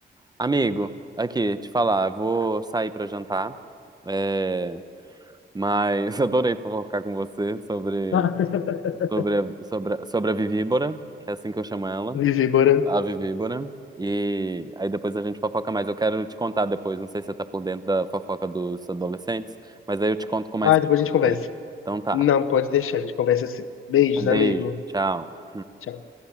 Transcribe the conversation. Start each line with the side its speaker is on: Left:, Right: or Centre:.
Right: Amigo, aqui, te falar, eu vou sair pra jantar, é, mas <laughs> adorei fofocar com você sobre,
Left: <laughs>
Right: sobre, a- sobre, a- sobre a Vivíbora, que é assim que eu chamo ela,
Left: Vivi, bora.
Right: a Vivíbora, e aí depois a gente fofoca mais. Eu quero te contar depois, não sei se você tá por dentro da fofoca dos adolescentes, mas aí eu te conto com mais
Left: Ah,
Right: calma
Left: depois a gente
Right: depois.
Left: conversa.
Right: Então tá,
Left: Não, pode deixar, a gente conversa assim. Beijos,
Right: um beijo,
Left: amigo.
Right: tchau.
Left: Tchau.